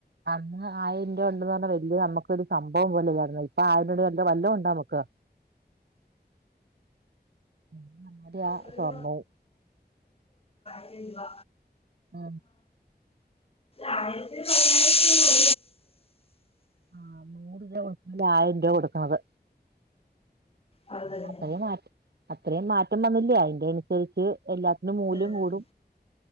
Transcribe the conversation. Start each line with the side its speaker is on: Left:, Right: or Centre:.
Right: അ ആയിരം രൂപ ഉണ്ടന്ന് പറഞ്ഞാൽ വല്യ നമുക്കു ഒരു സംഭം പോലെ ഇല്ലായിരുന്നു ഇപ്പ ആയിരം വല്ലതം ഉണ്ടോ നമുക്ക് എന്ന അന്നടയാ
Left: ഒരു
Right: സ്വർണ്ണവും
Left: അ വ
Right: ആ
Left: ആയിരത്തി പതിനായിരത്തി എ
Right: ആഹ നൂറ് രൂപ കൊടുക്കണല് ആയിരം രൂപ കൊടുക്കണത്.
Left: അത് തന്നെ
Right: പപ്പയേ മാറ്റ അത്രയും മാറ്റം വന്നില്ല അതിന്റെ അനുസരിച്ച് എല്ലാത്തിനും മൂല്യം
Left: ഉം.
Right: കൂടും